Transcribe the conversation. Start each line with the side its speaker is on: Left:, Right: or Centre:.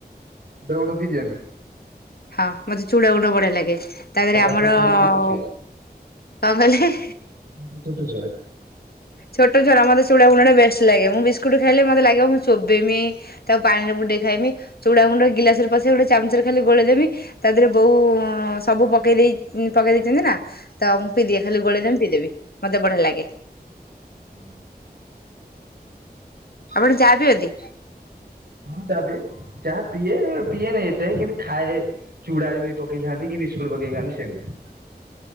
Right: ଦଉଣ୍ଡ ପିିଦିଅନ୍ତି?
Left: ହଁ ମତେ ଚୁଡା ଗୁଣ ବଢିଆ ଲାଗେ ତା ଦେହରେ
Right: ତାହେଲେ
Left: ଆମର
Right: ଆପଣ ତାହେଲେ
Left: କଣ
Right: ଛୋଟ ଛୁଆ
Left: କହିଲେ
Right: ଆପଣଙ୍କ କଣ ଛୋଟ ଛୁଆ?
Left: ଛୋଟ ଛୁଆ ନୂହେଁ ମୋତେ ଚୁଡା ଗୁଣ୍ଡ ବେଷ୍ଟ ଲାଗେ ମୁଁ ବିସ୍କୁଟ ଖାଇଲେ ମତେ ଲାଗେ ମୁଁ ଚୋବେମି ତାକୁ ପାଣିରେ ବୁଟେଇ ଖାଇମି ଚୁଡା ଗୁଣ୍ଡ ଗିଲାସ ର ପଶ ଗୋଟେ ଚାମଚରେ ଖାଲି ଗୋଳଦ ଦେମି ତା ଦେହରେ ବୋଉ ସବୁ ପକେଇ ଦେଇ ପକେଇ ଦେଇେଇଛନ୍ତି ନା ତ ମୁଁ ପିଇବି ଖାଲି ଗୋଳେ ଦା ପିଦେବି ମତେ ବଢିଆ ଲାଗେ।
Right: ହୁଁ ହୁଁ
Left: ଆପଣ ଚା ପିଅନ୍ତି?
Right: ହଁ ଚାହା ପିଏ ଚାହା ପିଏ ପିଏନି ଏତେ କିନ୍ତୁ ଖାଏ ଚୁଡା ଯେମିତି ପକେଇ ଖାଆନ୍ତି କି ବିସ୍କୁଟ ପକେଇ ଖାଆନ୍ତି ସେମିତି।